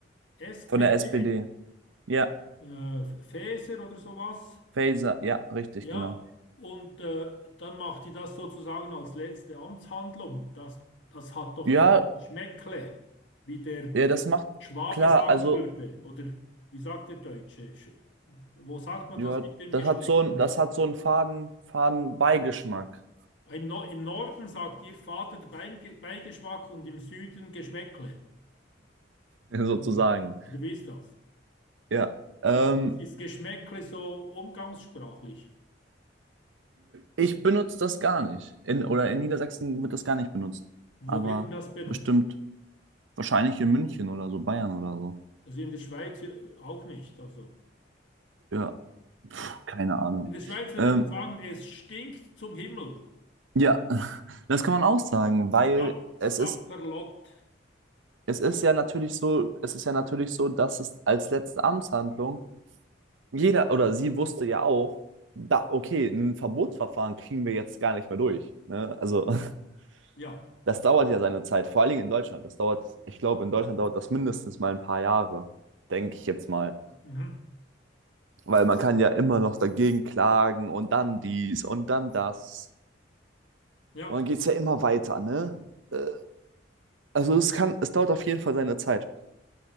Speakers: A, on the left; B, on the right.
A: äh, SPD,
B: von der SPD. Ja,
A: äh, Faeser oder sowas.
B: Faser, ja, richtig,
A: Ja,
B: genau.
A: und äh, dann macht die das sozusagen als letzte Amtshandlung. Das, das hat doch
B: Ja,
A: ein Schmäckle, wie der
B: Ja, das macht
A: Schwabe
B: klar,
A: sagen
B: also
A: würde. Oder wie sagt der Deutsche? Sch- Wo sagt man
B: ja,
A: das mit dem
B: das
A: Geschmäckle?
B: hat so ein, das hat so einen faden, faden Beigeschmack,
A: Im, no im Norden sagt ihr Vater Beige- Beigeschmack und im Süden Geschmäckle.
B: <laughs> sozusagen.
A: Oder, oder wie ist das?
B: Ja. Ähm,
A: I- Ist Geschmäckle so umgangssprachlich?
B: ich benutze das gar nicht. In, oder in Niedersachsen wird das gar nicht benutzt.
A: Wo
B: Aber
A: wird denn das benutzt?
B: bestimmt, wahrscheinlich in München oder so, Bayern oder so.
A: Also in der Schweiz äh, auch nicht. Also.
B: Ja, keine Ahnung.
A: In der Schweiz würde
B: Ähm,
A: man sagen, es stinkt zum Himmel.
B: ja, <laughs> das kann man auch sagen, weil
A: Sap,
B: es
A: Sapperlot.
B: ist, es ist ja natürlich so, es ist ja natürlich so, dass es als letzte Amtshandlung jeder oder sie wusste ja auch, da, okay, ein Verbotsverfahren kriegen wir jetzt gar nicht mehr durch. Ne? Also <laughs>
A: Ja.
B: das dauert ja seine Zeit, vor allen Dingen in Deutschland. Das dauert, ich glaube, in Deutschland dauert das mindestens mal ein paar Jahre, denke ich jetzt mal.
A: Mhm.
B: Weil man kann ja immer noch dagegen klagen und dann dies und dann das.
A: Ja.
B: Und dann geht es ja immer weiter, ne? Äh, Also es kann, es dauert auf jeden Fall seine Zeit.